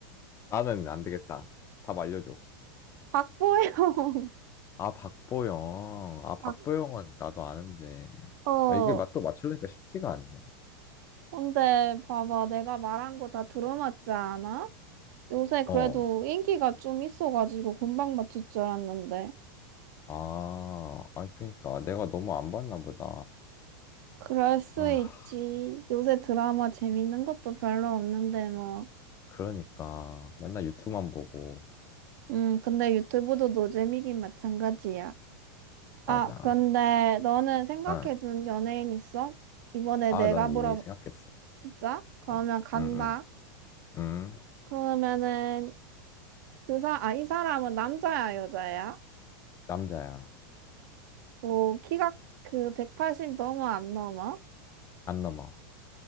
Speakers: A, on the left; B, on the right.
A: 나는 안 되겠다. 답 알려줘.
B: 박보영. <laughs>
A: 아, 박보영. 아,
B: 박,
A: 박보영은 나도 아는데.
B: 어.
A: 아, 이게 맛도 맞추려니까 쉽지가 않네.
B: 근데 봐봐, 내가 말한 거 다 들어맞지 않아? 요새 그래도
A: 어.
B: 인기가 좀 있어가지고 금방 맞출 줄 알았는데.
A: 아, 아니, 그니까. 내가 너무 안 봤나 보다.
B: 그럴 수
A: 아,
B: 있지. 요새 드라마 재밌는 것도 별로 없는데 뭐.
A: 그러니까. 맨날 유튜브만 보고.
B: 음, 근데 유튜브도 노잼이긴 마찬가지야.
A: 맞아.
B: 아, 근데 너는 생각해둔
A: 응.
B: 연예인 있어? 이번에
A: 아,
B: 내가
A: 나는
B: 물어,
A: 이미 생각했어.
B: 진짜? 그러면
A: 응,
B: 간다.
A: 응, 응. 응.
B: 그러면은 그 사, 아, 이 사람은 남자야, 여자야?
A: 남자야.
B: 뭐 키가 그 180 넘어 안 넘어?
A: 안 넘어.